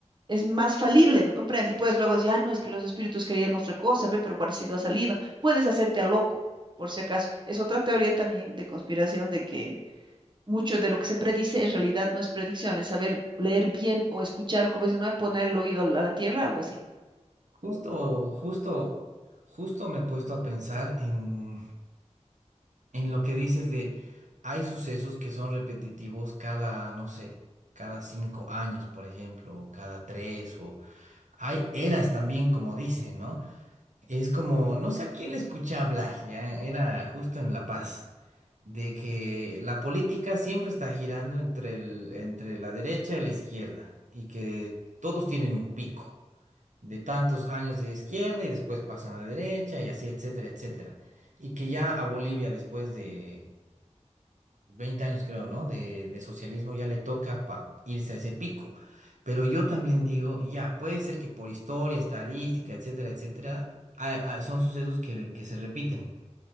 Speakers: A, on the right; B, on the right.
A: es más falible, ¿me comprendes? Y puedes luego decir, ay, no, es que los espíritus querían otra cosa, ve, pero parecido ha salido. Puedes hacerte a loco, por si acaso. Es otra teoría también de conspiración de que mucho de lo que se predice en realidad no es predicción, es saber leer bien o escuchar, como dicen, no es poner el oído a la a la tierra, algo así.
B: Justo, justo, justo me he puesto a pensar en, en lo que dices de hay sucesos que son repetitivos cada, no sé, cada cinco años, por ejemplo, o cada tres, o hay eras también, como dicen, ¿no? Es como, no sé a quién le escuché hablar, ya era justo en La Paz, de que la política siempre está girando entre el, entre la derecha y la izquierda, y que todos tienen un pico de tantos años de izquierda y después pasan a la derecha y así, etcétera, etcétera. Y que ya a Bolivia después de Veinte años creo, ¿no? De, de socialismo ya le toca pa- irse a ese pico. Pero yo también digo, ya, puede ser que por historia, estadística, etcétera, etcétera, a- a- son sucesos que, que se repiten.